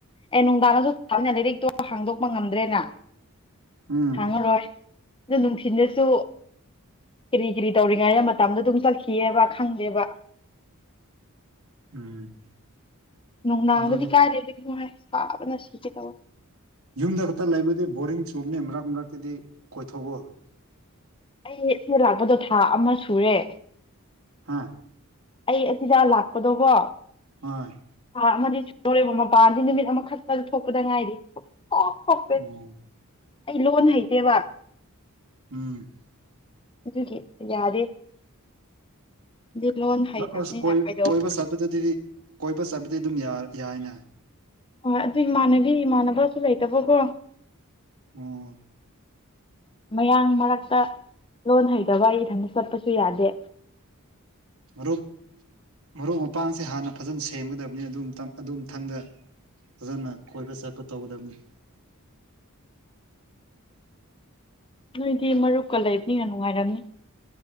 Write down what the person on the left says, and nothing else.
ꯑꯦ ꯅꯨꯡꯗꯥꯡꯗꯁꯨ ꯁꯥꯕꯅꯤꯅ ꯂꯥꯏꯔꯤꯛꯇꯣ ꯍꯥꯡꯗꯣꯛꯄ ꯉꯝꯗ꯭ꯔꯦꯅ
ꯍꯥꯡꯉ ꯔꯣꯏ ꯑ ꯅꯨꯡꯊꯤꯜꯗꯁꯨ ꯀꯔꯤ ꯀꯔꯤ ꯇꯧꯔꯤꯉꯩꯗ ꯃꯇꯝꯗꯣ ꯑꯗꯨꯝ ꯆꯠꯈꯤꯑꯕ ꯈꯪꯗꯦꯕ
ꯅꯨꯡꯗꯥꯡꯒꯗꯤ
ꯀꯥꯏꯗꯩ ꯂꯥꯏꯔꯤꯛꯅꯣ ꯍꯩ ꯁꯥꯕ ꯅ ꯁꯤꯒꯦ ꯇꯧꯏ
ꯑꯩ ꯁꯦ ꯂꯥꯛꯄꯗꯣ ꯊꯥ ꯑꯃ ꯁꯨꯔꯦ
ꯑꯩ ꯑꯁꯤꯗ ꯂꯥꯛꯄꯗꯣꯀꯣ
ꯊꯥ ꯑꯃꯗꯤ ꯅꯣꯔꯦꯕ ꯃꯄꯥꯟꯗꯤ ꯅꯨꯃꯤꯠ ꯑꯃꯈꯛꯇ ꯊꯣꯛꯄꯗ ꯉꯥꯏꯔꯤ ꯑꯣꯐ
<unintelligible> ꯑꯩ ꯂꯣꯟ ꯍꯩꯇꯦꯕ
ꯑꯗꯨꯒꯤ ꯌꯥꯗꯦ ꯑꯗꯨ ꯂꯣꯟ ꯍꯩꯇꯕꯅꯤꯅ
ꯀꯩꯗꯧ
ꯍꯣꯏ ꯑꯗꯨ ꯏꯃꯥꯟꯅꯕꯤ ꯏꯃꯥꯟꯅꯕꯁꯨ ꯂꯩꯇꯕꯀꯣ
ꯃꯌꯥꯡ ꯃꯔꯛꯇ ꯂꯣꯟ ꯍꯩꯗꯕ ꯏꯊꯟꯇ ꯆꯠꯄꯁꯨ ꯌꯥꯗꯦ
ꯅꯣꯏꯗꯤ ꯃꯔꯨꯞꯀ ꯂꯩꯕꯅꯤꯅ ꯅꯨꯡꯉꯥꯏꯔꯝꯅꯤ